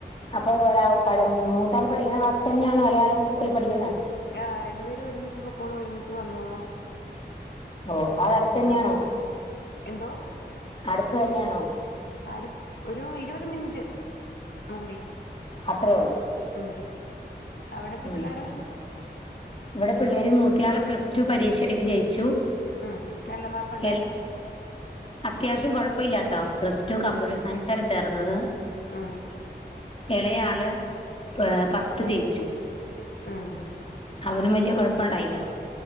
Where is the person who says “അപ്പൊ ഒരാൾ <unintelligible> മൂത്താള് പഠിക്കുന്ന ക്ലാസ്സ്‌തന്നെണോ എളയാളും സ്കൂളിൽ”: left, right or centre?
Left